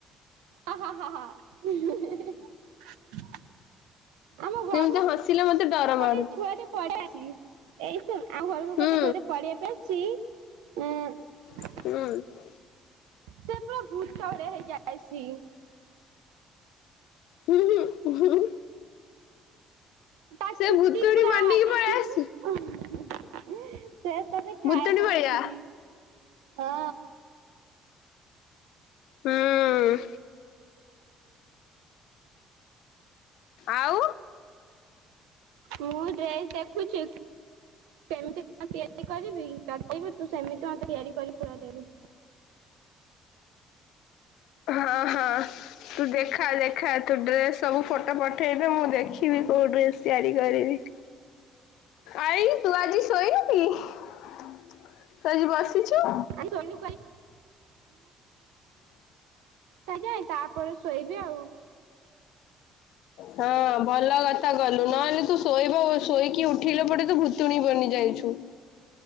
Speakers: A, on the right; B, on the left.
A: ହଁ ହ ହ ହ। <unintelligible> ଆମ ଘରୁ
B: ଯେମିତି ହସିଲେ ମତେ ଡର।
A: ଗୋଟେ
B: ମାଡୁ
A: ଛୁଆଟେ ପଢେଇଆ ଅ ଏଇୁନ ଆଉଗୋଟେ କୁ ଗୋଟେ
B: ହୁଁ
A: ଛୁଆଟ ପଢେଇବା ପାଇଁ <unintelligible> ଚି ଏଁ
B: ହୁଁ।
A: ସେ ପୂରା ଭୂତ ଭଳିଆ ହେଇକି ଆସିକି।
B: ହୁଁ ହୁଁ ହୁଁ ହୁଁ।
A: ତା
B: ସେ
A: ଚୁଟି
B: ଭୁତୁଣୀ
A: ପୁରା
B: ବନିକି
A: ଦେଖିବୁ
B: ପଳେଇ ଆସି
A: ସେ ତତେ ଖାଇବ
B: ଭୁତୁଣୀ ଭଳିଆ
A: ବୋଲିକି ହଁ।
B: ହୁଁ। ଆଉ।
A: ମୁଁ ଡ୍ରେସ ଦେଖୁଚି। ସେମିତି କ ତିଆରି କରିବି କଦେଇବୁ ତୁ ସେମିତି ମତେ ତିଆରି କରି କୁରା ଦେବୁ।
B: ହଁ-ହଁ ତୁ ଦେଖା-ଦେଖା ତୁ ଡ୍ରେସ ସବୁ ଫଟୋ ପ ଠେଇଦେ ମୁଁ ଦେଖିବି କୋଉ ଡ୍ରେସ ତିଆରି କରିବି। ଆଇ ତୁ ଆଜି ଶୋଇନୁ କି ତୁ ଆଜି ବସିଛୁ।
A: <unintelligible> ଥା ହେଇ ଯାଏ ତାପରେ ଶୋଇବି ଆଉ।
B: ହଁ ଭଲ କଥା କଲୁ ନହେଲେ ତୁ ଶୋଇବା ଶୋଇକି ଉଠିଲେ ପରେ ତୁୁୁ ଭୁ ତୁଣି ବନି ଯାଇଛୁ।